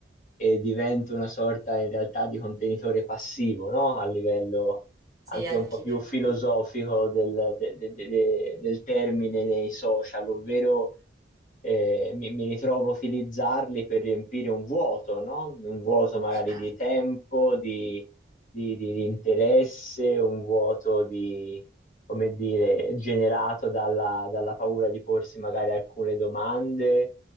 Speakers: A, on the left; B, on the right.
A: e divento una sorta in realtà di contenitore passivo, no? A livello
B: Sì,
A: anche
B: anch'io,
A: un po' più filosofico del, de- de- de- de- del termine nei social, ovvero eh, mi, mi ritrovo a utilizzarli per riempire un vuoto, no? Un vuoto magari
B: certo,
A: di tempo, di, di- di- di interesse, un vuoto di, come dire, generato dalla, dalla paura di porsi magari alcune domande,